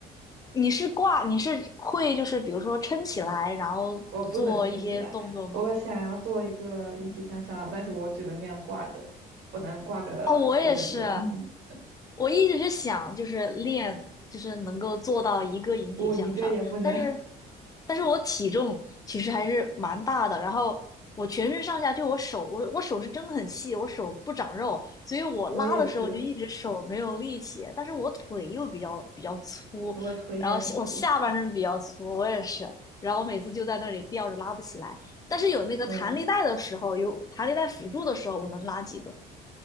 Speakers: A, on the left; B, on the right.
A: 你是挂，你是会就是比如说撑起来，然后做一些动作吗？
B: 我不能撑起来，我想要做一个引体向上，但是我只能这样挂着，我能挂个一分钟，
A: 哦，我也是，
B: <laughs>
A: 我一直是想就是练，就是能够做到一个引体向上，
B: 我一个也不能，
A: 但是，但是我体重其实还是蛮大的，然后我全身上下就我手，我我手是真的很细，我手不长肉，所以我拉的时候就一直手没有力气，
B: <laughs> 我也是，
A: 但是我腿又比较比较粗，
B: 我腿也很粗，
A: 然后下我下半身比较粗，我也是，然后我每次就在那里吊着拉不起来，但是有那个弹力带的时候，
B: <laughs> 对，
A: 有弹力带辅助的时候，我能拉几个。